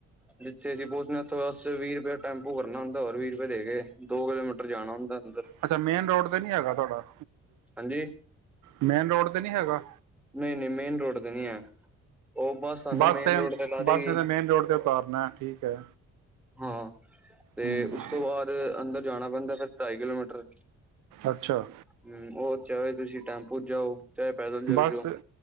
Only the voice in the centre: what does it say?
ਜਿੱਥੇ ਅਸੀਂ ਪਹੁੰਚਣੇ ਬਸ ਵੀਹ ਰੁਪਏ ਟੈਂਪੂ ਕਰਨਾ ਹੁੰਦਾ ਹੋਰ ਵੀਹ ਰੁਪਏ ਦੇ ਕੇ, ਦੋ ਕਿਲੋਮੀਟਰ ਜਾਣਾ ਹੁੰਦਾ। ਅੰਦਰ
ਹਾਂਜੀ
ਨਹੀਂ ਨਹੀਂ ਮੇਨ ਰੋਡ ਤੇ ਨਹੀਂ ਹੈ, ਉਹ ਬਸ ਸਾਨੂੰ
ਮੇਨ ਰੋਡ ਤੇ ਲਾ ਦੇਗੀ।
ਹਾਂ ਤੇ
ਉਸ ਤੋਂ ਬਾਅਦ ਅੰਦਰ ਜਾਣਾ ਪੈਂਦਾ ਫਿਰ ਢਾਈ ਕਿਲੋਮੀਟਰ,
ਹਮ ਚਾਹੇ ਤੁਸੀਂ ਟੈਂਪੂ ਜਾਓ, ਚਾਹੇ ਪੈਦਲ ਚਲੇ
ਜਾਓ